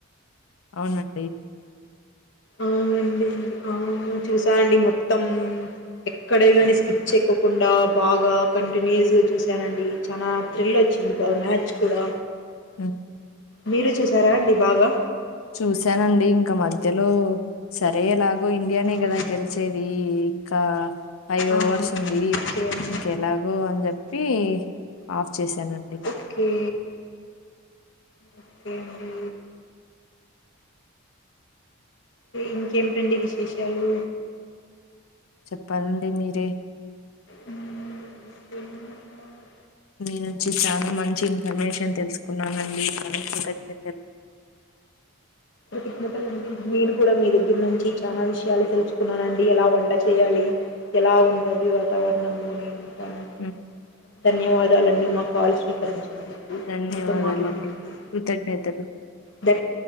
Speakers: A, on the left; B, on the left.
A: అవునండి
B: అవునండి ఆ చూసా అండి మొత్తం ఎక్కడైనా కాని స్కిప్ చెయకొకుండా బాగా కంటిన్యూయస్గా చూశానండి చానా థ్రిల్ వచ్చింది బాగా మ్యాచ్ కూడా
A: మ్
B: మీరు చూసారా అండి బాగా
A: చూశానండి ఇంక మధ్యలో సరే ఎలాగో ఇండియానే
B: మ్మ్.
A: కదా గెలిచేది ఇకా ఫైవ్
B: ఆహా
A: ఓవర్స్ ఉంది
B: ఓకే అండి
A: ఇంకెలాగో అని చెప్పి ఆఫ్ చేశాను
B: ఓకే ఓకే అండి ఇంకేమిటండి విశేషాలు
A: చెప్పాలండి మీరే
B: మ్మ్. ఇంకా
A: మీ నుంచి చాలా మంచి ఇన్ఫర్మేషన్ తెలుసుకున్నానండి మీకు కృతజ్ఞతలు
B: కృతజ్ఞతలు అండి నేను కూడా మీ దగ్గర నుంచి చాలా విషయాలు తెలుసుకున్నానండి ఎలా వంట చేయాలి ఎలా ఉంటది వాతావరణము అనేది ఉ దన్
A: హ్మ్.
B: ధన్యవాదాలండి మా కాల్ స్వీకరించి. చెప్పు
A: ధన్యవాదాలండి
B: నాతో మాట్లాడినప్పుడు
A: కృతజ్ఞతలు
B: దే